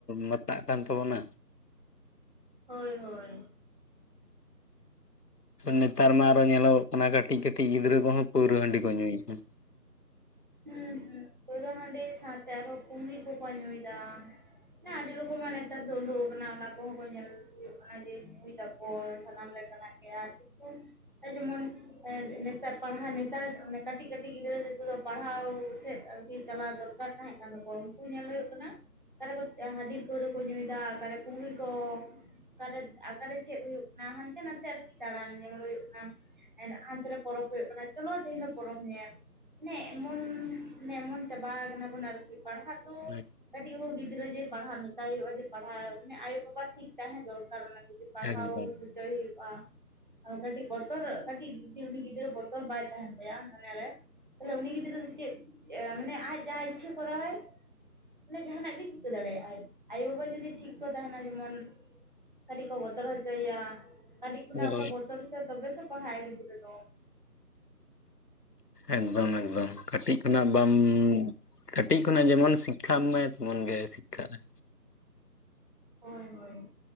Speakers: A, on the left; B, on the right.
A: ᱢᱟᱛᱟᱜ ᱠᱟᱱ ᱛᱟᱵᱚᱱᱟ᱾
B: ᱦᱳᱭ ᱦᱳᱭ᱾
A: ᱱᱮᱛᱟᱨ ᱢᱟ ᱟᱨᱚ ᱧᱮᱞᱚᱜᱚᱜ ᱠᱟᱱᱟ ᱠᱟᱹᱴᱤᱡ ᱠᱟᱹᱴᱤᱡ ᱜᱤᱫᱽᱨᱟᱹ ᱠᱚᱦᱚᱸ ᱯᱟᱹᱣᱨᱟᱹ ᱦᱟᱺᱰᱤ ᱠᱚ ᱧᱩᱭᱮᱫᱼᱟ᱾
B: ᱦᱩᱸ ᱦᱩᱸ, ᱯᱟᱹᱣᱨᱟᱹ ᱦᱟᱺᱰᱤ ᱥᱟᱶᱛᱮ ᱟᱨᱦᱚᱸ ᱯᱝᱜᱤ ᱠᱚᱠᱚ ᱧᱩᱭᱮᱫᱟ᱾ ᱢᱟᱱᱮ ᱟᱹᱰᱤ ᱨᱚᱠᱚᱢᱟᱜ ᱱᱮᱛᱟᱨ ᱫᱚ ᱩᱰᱩᱜᱠ ᱟᱠᱟᱱᱟ, ᱚᱱᱟ ᱠᱚᱦᱚᱸ ᱠᱚ ᱧᱮᱞ ᱦᱩᱭᱩᱜ ᱠᱟᱱᱟ ᱡᱮ ᱧᱩᱭ ᱫᱟᱠᱚ ᱥᱟᱱᱟᱢ ᱞᱮᱠᱟᱱᱟᱜ ᱜᱮ ᱟᱨ <inaudible> ᱦᱮ ᱡᱮᱢᱚᱱ ᱮ ᱱᱮᱛᱟᱨ ᱯᱟᱲᱦᱟᱜ ᱱᱮᱛᱟᱨᱮ ᱚᱱᱮ ᱠᱟᱹᱴᱤᱡ ᱠᱟᱹᱴᱤᱡ ᱜᱤᱫᱽᱨᱟᱹ <inaudible> ᱯᱟᱲᱦᱟᱣ ᱥᱮᱫ ᱟᱨᱠᱤ ᱪᱟᱞᱟᱣ ᱫᱚᱨᱠᱟᱨ ᱛᱟᱦᱮᱸ ᱠᱟᱱ ᱛᱟᱠᱚᱣᱟ᱾ ᱩᱱᱠᱩ ᱧᱮᱞ ᱦᱩᱭᱩᱜ ᱠᱟᱱᱟ ᱚᱠᱟᱨᱮ ᱠᱚ ᱦᱟᱺᱰᱤ ᱯᱟᱹᱣᱨᱟᱹ ᱠᱚ ᱧᱩᱭᱫᱟ ᱚᱠᱟᱨᱮ ᱠᱩᱝᱜᱤ ᱠᱚ᱾ ᱚᱠᱟᱨᱮ ᱟᱠᱟᱨᱮ ᱪᱮᱫ ᱦᱩᱭᱩᱜ ᱠᱟᱱᱟ᱾ ᱦᱟᱱᱛᱮ ᱱᱟᱛᱮ ᱟᱨᱠᱤ ᱫᱟᱬᱟᱱ ᱧᱮᱞ ᱦᱩᱭᱩᱜ ᱠᱟᱱᱟ᱾ ᱦᱮᱱ ᱦᱟᱱᱛᱮ ᱨᱮ ᱯᱚᱨᱚᱵᱽ ᱦᱩᱭᱩᱜ ᱠᱟᱱᱟ ᱪᱚᱞᱚ ᱛᱟᱦᱮᱸᱧ ᱫᱚ ᱯᱚᱨᱚᱵᱽ ᱧᱮᱞ᱾ ᱢᱟᱱᱮ ᱮᱢᱚᱱ ᱱᱮ ᱮᱢᱚᱱ ᱪᱟᱵᱟ ᱟᱠᱟᱱᱟ ᱵᱚᱱ ᱟᱨᱠᱤ ᱯᱟᱲᱦᱟᱜ ᱫᱚ
A: <inaudible>
B: ᱠᱟᱹᱴᱤᱡ ᱦᱩ ᱜᱤᱫᱽᱨᱟᱹ ᱡᱮ ᱯᱟᱲᱦᱟᱜ ᱢᱮᱛᱟᱭ ᱦᱩᱭᱩᱜᱼᱟ᱾ ᱡᱮ ᱯᱟᱲᱦᱟᱜ ᱢᱟᱱᱮ ᱟᱭᱳ-ᱵᱟᱵᱟ ᱴᱷᱤᱠ ᱛᱟᱦᱮᱸ ᱫᱚᱨᱠᱟᱨ ᱚᱱᱟ ᱡᱩᱫᱤ ᱯᱟᱲᱦᱟᱣ
A: ᱮᱠᱫᱚᱢ
B: ᱦᱚᱪᱚᱭ ᱦᱩᱭᱩᱜᱼᱟ᱾ ᱠᱟᱹᱴᱤᱡ ᱵᱚᱛᱚᱨ ᱠᱟᱹᱴᱤᱡ ᱡᱩᱫᱤ ᱩᱱᱤ ᱜᱤᱫᱽᱨᱟᱹ ᱵᱚᱛᱚᱨ ᱵᱟᱭ ᱛᱟᱦᱮᱱ ᱛᱟᱭᱟ ᱢᱚᱱᱮᱨᱮ᱾ ᱛᱟᱦᱞᱮ ᱩᱱᱤ ᱜᱤᱫᱽᱨᱟᱹ ᱫᱚ ᱪᱮᱫ ᱟᱹ ᱢᱟᱱᱮ ᱟᱡ ᱡᱟᱦᱟᱸ ᱤᱪᱷᱟᱹ ᱠᱚᱨᱟᱣᱟᱭ ᱢᱟᱱᱮ ᱡᱟᱦᱟᱱᱟᱜ ᱜᱮ ᱪᱤᱠᱟᱹ ᱫᱟᱲᱮᱭᱟᱜ-ᱟᱭ᱾ ᱟᱭᱳᱼᱵᱟᱵᱟ ᱡᱩᱫᱤ ᱴᱷᱤᱠ ᱠᱚ ᱛᱟᱦᱮᱱᱟ ᱡᱮᱢᱚᱱ ᱠᱟᱹᱴᱤᱜ ᱠᱚ ᱵᱚᱛᱚᱨ ᱦᱚᱪᱚᱭᱮᱭᱟ, ᱠᱟᱹᱴᱤᱡ ᱠᱷᱚᱱᱟᱜ
A: ᱦᱳᱭ
B: ᱚᱱᱠᱟ ᱵᱚᱛᱚᱨ ᱦᱚᱪᱚᱭ ᱛᱚᱵᱮ ᱛᱚ ᱯᱟᱲᱦᱟᱜ-ᱟᱭ ᱜᱤᱫᱽᱨᱟᱹ ᱫᱚ᱾
A: ᱮᱠᱫᱚᱢ ᱮᱠᱫᱚᱢ ᱠᱟᱹᱴᱤᱡ ᱠᱷᱚᱱᱟᱜ ᱵᱟᱢ ᱠᱟᱹᱴᱤᱜ ᱠᱷᱚᱱᱟᱜ ᱡᱮᱢᱚᱱ ᱥᱤᱠᱠᱷᱟ ᱮᱢᱟᱭ ᱛᱚᱢᱚᱱ ᱜᱮ ᱥᱤᱠᱠᱷᱟᱼᱟᱭ᱾
B: ᱦᱚᱭ ᱦᱚᱭ᱾